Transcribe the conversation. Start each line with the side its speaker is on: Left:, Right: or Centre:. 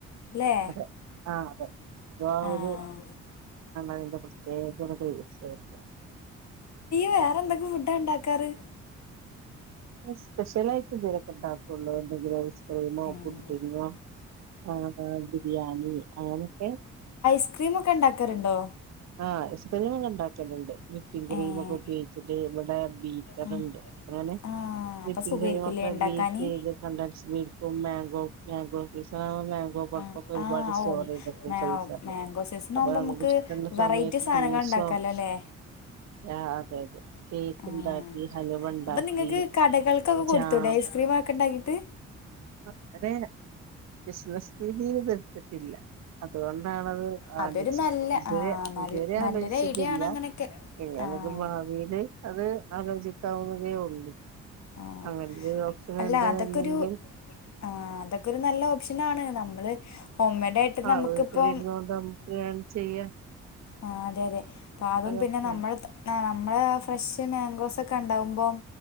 Left: ല്ലേ
Right: അതെ ആ അതെ അതാ ആ
Left: ആഹ്
Right: ഒരു അതിന്റെ പ്രത്യേക ഒരു ടേസ്റ്റായിരിക്കും.
Left: വേറെ എന്തൊക്കെ ഫുഡാ ഉണ്ടാക്കാറ്
Right: സ്പെഷ്യലായിട്ട് എന്തേലുമൊക്കെ ഉണ്ടാക്കുമ്പോ എന്തെങ്കിലും ഐസ്ക്രീംമോ
Left: ഏഹ്
Right: പുഡ്ഡിംങ്ങോ ആഹ് ഹാ ബിരിയാണി അങ്ങനൊക്കെ
Left: ഐസ്ക്രീം ഒക്കെ ഒണ്ടാക്കാറുണ്ടോ
Right: ആഹ് ഐസ്ക്രീം ഉണ്ടാക്കലുണ്ട് വിപ്പിംഗ് ക്രീമ്
Left: ഏഹ്
Right: ഒക്കെ ഉപയോഗിച്ചിട്ട് ഇവടെ ബീറ്ററുണ്ട്
Left: ആഹ്
Right: അപ്പളാണ്
Left: ആഹ് അപ്പൊ
Right: വിപ്പിംഗ്
Left: സുഖായിരിക്കൂല്ലേ
Right: ക്രീം ഒക്കെ
Left: ഉണ്ടാക്കാന്
Right: വീറ്റ് ചെയത് കണ്ടും മാങ്കോ മാങ്കോ സീസൺ മാങ്കോ പളുപ്പൊക്കെ
Left: ആഹ്
Right: ഒരുപാട്
Left: ആഹ്
Right: സ്റ്റോർ
Left: ഓഹ്
Right: ചെയ്ത് വെക്കും
Left: മാ
Right: ഫീസറില്
Left: മാങ്കോ സീസൺ
Right: അപ്പം
Left: ആകുമ്പോ നമുക്ക്
Right: പറ്റുന്ന
Left: വെറൈറ്റി
Right: സമയത്ത്
Left: സാധനങ്ങൾ
Right: ജ്യൂസോ
Left: ഉണ്ടാക്കാലോ അല്ലേ
Right: അതെ അതെ കേക്ക്
Left: ആഹ്
Right: ഉണ്ടാക്കി ഹൽവ ഉണ്ടാക്കി
Left: അപ്പൊ നിങ്ങൾക്ക് കടകൾക്കൊക്കെ കൊടുത്തൂടെ
Right: ജാം
Left: ഐസ്ക്രീം ആക്കണ്ടാക്കീട്ട്
Right: ആ അതെ ബിസിനസ് രീതിൽ ഒന്നും എടുത്തിട്ടില്ല അതുകൊണ്ടാണത്
Left: അതൊരു
Right: അടിച്ച്
Left: നല്ല
Right: ഇതുവരെ
Left: ആ നല്ല
Right: ഇതുവരെ
Left: നല്ലൊരു
Right: ആലോചിച്ചിട്ടില്ല
Left: ഐഡിയ ആണ് അങ്ങനെയൊക്കെ
Right: ഇനിയത്
Left: ആഹ്
Right: ഭാവിയില് അത് ആലോചിക്കാവുന്നതേ ഉള്ളൂ
Left: ആഹ്
Right: അങ്ങനെ ഒരു ഓപ്ഷൻ
Left: അല്ല
Right: ഉണ്ടെന്നുണ്ടെങ്കിൽ
Left: അതൊക്കൊരു ആ അതൊക്കെ ഒരു നല്ല ഓപ്ഷനാണ് നമ്മള് ഹോംമെയ്ഡ് ആയിട്ട്
Right: ആഹ്
Left: നമുക്കിപ്പം
Right: വീട്ടിലിരുന്ന് കൊണ്ട് നമുക്ക് ഏൺ ചെയ്യാം
Left: ആ അതെ അതെ
Right: നല്ല
Left: അതും പിന്നെ
Right: കാര്യമാണ്
Left: നമ്മൾ ആ നമ്മളെ ആ ഫ്രഷ് മാങ്കോസ് ഒക്കെ ഉണ്ടാവുമ്പോം